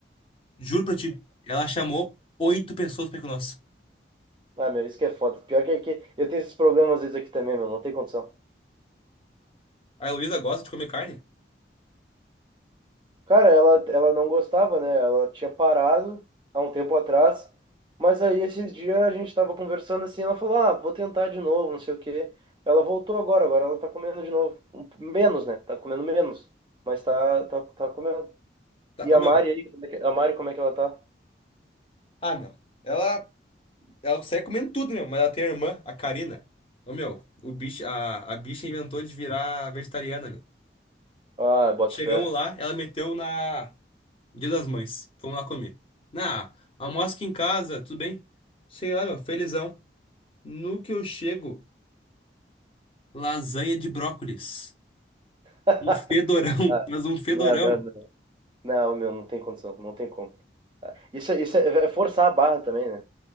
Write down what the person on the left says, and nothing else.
Juro pra ti, ela chamou oito pessoas pra ir com nós.
A Heloísa gosta de comer carne?
Tá,
ô, meu.
Ah, meu. Ela, ela consegue comendo tudo, meu, mas ela tem a irmã, a Karina. Ô, meu, o bicho, a, a bicha inventou de virar vegetariana, meu.
Chegamos
lá, ela meteu na Dia das Mães. Fomos lá comer. Na, almoço aqui em casa, tudo bem? Sei lá, meu, felizão. No que eu chego, lasanha de brócolis.
Um fedorão,
<laughs> mas um fedorão.